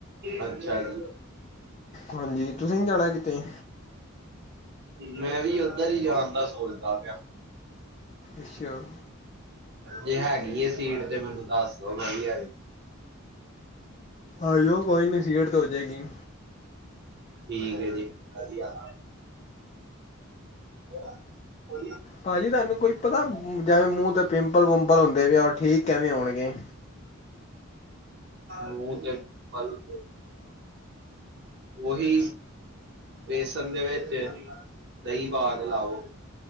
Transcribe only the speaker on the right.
ਅੱਛਾ ਜੀ।
ਮੈਂ ਵੀ ਉੱਧਰ ਹੀ ਜਾਣ ਦਾ ਸੋਚਦਾ ਪਿਆ।
ਜੇ ਹੈਗੀ ਸੀਟ ਤੇ ਮੈਨੂੰ ਦੱਸ ਦੋ, ਮੈਂ ਵੀ ਅਜ
ਠੀਕ ਜੀ, ਵਧੀਆ। ਅ ਹੋ
ਮੂੰਹ ਤੇ ਪਿੰਪਲ ਉਹੀ ਬੇਸਨ ਦੇ ਵਿੱਚ ਦਹੀਂ ਪਾ ਕੇ ਲਾਓ।